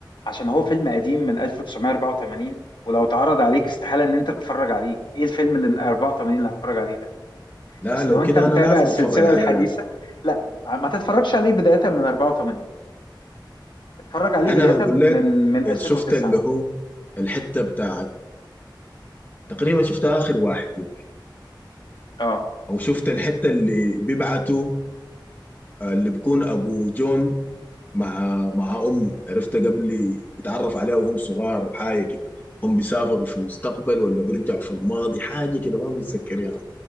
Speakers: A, on the left; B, on the left.
A: عشان هو فيلم قديم من 1984 ولو اتعرض عليك استحالة ان انت تتفرج عليه ايه الفيلم اللي من 84 اللي هتتفرج عليه ده
B: لا
A: بس
B: لو
A: لو
B: كده
A: انت متابع
B: انا لازم
A: السلسلة
B: اتفرج عليه
A: الحديثة
B: يعني.
A: لا ما تتفرجش عليه بداية من 84 اتفرج عليه
B: انا
A: بداية
B: اقول لك
A: من من 2009
B: شفت اللي هو الحته بتاعت تقريبا شفت اخر واحد يمكن
A: اه
B: او شفت الحته اللي بيبعتوا آه، اللي بيكون ابو جون مع مع امه عرفت قبل بيتعرف عليها وهم صغار او حاجه كده هم بيسافروا في المستقبل ولا بيرجعوا في الماضي حاجه كده ما متذكر يعني